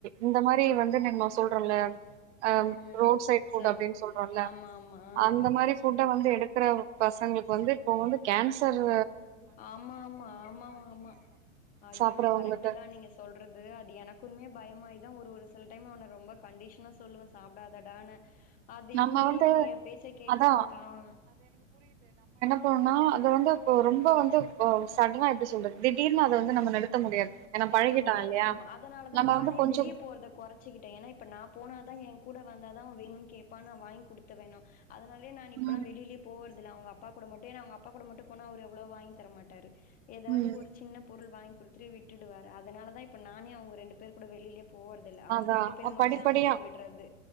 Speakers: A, on the right; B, on the left.
A: இந்த மாரி வந்து ந ம்ம சொல்றோல்ல அ
B: ம்
A: ரோட் சைட்ஃபுட்
B: ச
A: அப்டினு சொல்றோல்ல
B: ஆமா ஆமா ஆ
A: அந்த மாரி ஃபுட்ட வந்து எடுத் க்கற பசங்களுக் வந்து இப்போ வந்து கேன்சரு
B: ஆமா ஆமா ஆமா ஆமா ஐயோ
A: சாப்புறவங்களுக்கு
B: கரெக்ட்டு தா நீங்க சொல்றது அது எனக்குமே பயமாயி தா ஒரு ஒரு சில டைம் அவன ரொம்ப கண்டிஷ்னா சொல்லுவே சாப்டாதடான்னு அதயு
A: நம்ம
B: மீறி
A: வந்து
B: அவ எ பேச்ச கேக்க
A: அதா
B: மாட்டா அவ
A: ப்பனா அத வந்து அப்ப ரொம்ப வந்து சடனா எப்டி சொல்றது திடீர்னு அத வந்து நம்ம நிறுத்த முடியாது ஏன்னா
B: நிறுத்த
A: பழகிட்டா
B: முடியாது
A: இல்லையா
B: ஆமா அதனாலதா
A: நம்ம
B: நானே
A: வந்து கொஞ்சோ
B: வெளியே போறத கொறச்சுகிட்டே ஏனா இப்ப நா போனாதா எ கூட வந்தாதா அவன் வேணுன்னு கேப்பாணு நா வாங்கி குடுத்துர்றேணா அதனாலே நான் இப்பல்லா
A: ம்
B: வெளிலே போறது அதல அவுங்க அப்பா கூட மட்டு ஏனா அவுங்க அப்பா கூட மட்டு போனா அவரு அவ்ளோவா வாங்கி தர மாட்டாரு ஏதாது
A: ம்
B: ஒரு சின்ன பொருள் வாங்கி் குடுத் திவிட் டுவாரு அதனாலதா இப்ப நானே அவுங்க ரெண்டு பேர் கூட வெளிலயே போறதில்ல அவுங்க
A: அதா
B: ரெண்டு பேர மட்டு
A: படிப்படியா
B: அனுப்பி விட்றது